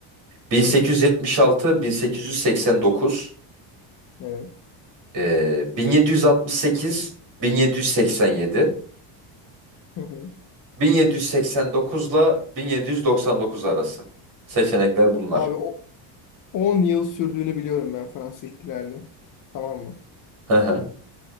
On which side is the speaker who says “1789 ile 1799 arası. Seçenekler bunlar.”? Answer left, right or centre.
Right